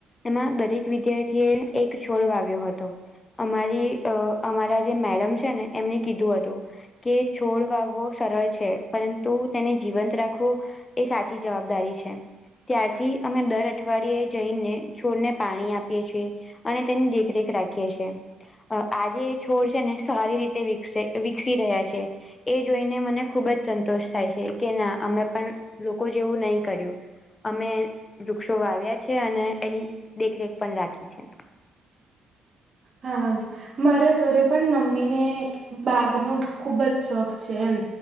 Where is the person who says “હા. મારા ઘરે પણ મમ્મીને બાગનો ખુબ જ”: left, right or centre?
Right